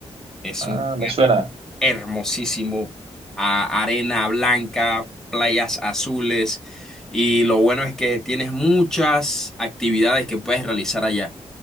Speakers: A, in the centre; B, on the right.
A: Es
B: Ah,
A: un lugar
B: me suena.
A: hermosísimo, a- arena blanca, playas azules y lo bueno es que tienes muchas actividades que puedes realizar allá.